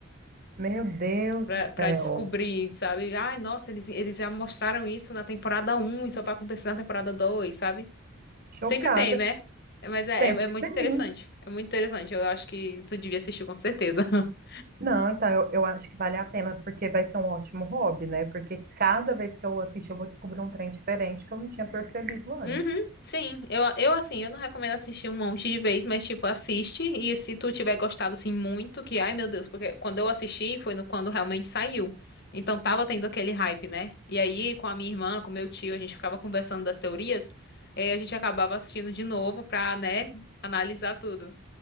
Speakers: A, on the right (about 45°); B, on the left (about 50°).
A: Meu Deus
B: <laughs> pra,
A: do
B: pra
A: céu.
B: descobrir, sabe? Ai, nossa, eles, eles já mostraram isso na temporada um e só vai acontecer na temporada 2 sabe?
A: Chocada.
B: Sempre tem, né? É, Mas é,
A: Sempre
B: é é muito
A: tem.
B: interessante. É muito interessante. Eu acho que tu devia assistir com certeza. <laughs>
A: Não, então eu, eu acho que vale a pena, porque vai ser um ótimo hobby, né? Porque cada vez que eu assisto, eu vou descobrir um trem diferente que eu não tinha percebido antes.
B: Uhum, sim, eu, eu assim, eu não recomendo assistir um monte de vez, mas tipo, assiste e se tu tiver gostado assim muito, que ai meu Deus, porque quando eu assisti foi no, quando realmente saiu. Então tava tendo aquele hype, né? E aí com a minha irmã, com meu tio, a gente ficava conversando das teorias, e a gente acabava assistindo de novo pra, né, analisar tudo.